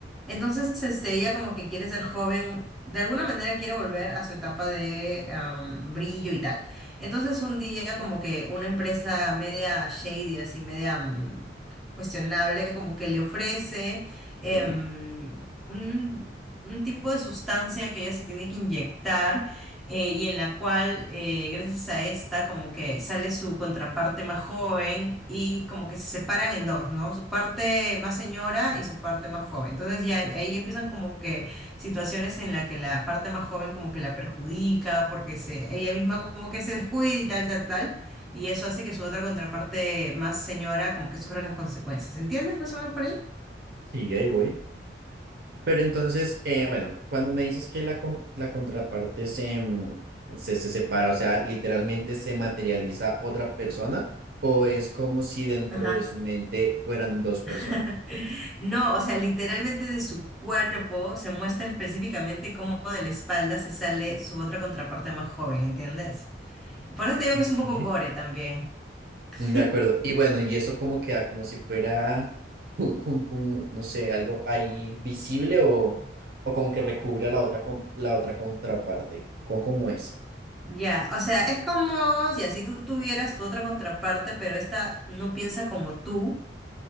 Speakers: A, in the centre; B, on the right.
A: Entonces, este, ella como que quiere ser joven, de alguna manera quiere volver a su etapa de am, brillo y tal. Entonces, un día como que una empresa media shady, así media mm, cuestionable, como que le ofrece em,
B: Sí,
A: un un tipo de sustancia que ella se tiene que inyectar eh, y en la cual, eh, gracias a esta, como que sale su contraparte más joven y como que se separan en dos, ¿no? Su parte más señora y su parte más joven. Entonces ya ahí empiezan como que situaciones en la que la parte más joven como que la perjudica porque se, ella misma como que se descuida y tal, tal, tal. Y eso hace que su otra contraparte más señora como que sufra las consecuencias. ¿Entiendes más o menos por ahí?
B: sí, ahí voy. Pero entonces, eh, bueno, cuando me dices que la, con- la contraparte se, mm, se, se separa, o sea, literalmente se materializa otra persona, o es como si dentro
A: ajá
B: de su mente fueran dos personas.
A: <laughs> No, o sea, literalmente de su cuerpo se muestra específicamente cómo de la espalda se sale su otra contraparte más joven, ¿entiendes? Por eso te digo
B: Ok.
A: que es un poco gore también.
B: De
A: <laughs>
B: acuerdo. Y bueno, y eso como queda, como si fuera un, un- un, no sé, algo ahí visible o, o como que recubre a la otra, con- la otra contraparte. ¿Cómo, cómo es?
A: Ya, o sea, es como ya, si tú tuvieras tu otra contraparte, pero esta no piensa como tú.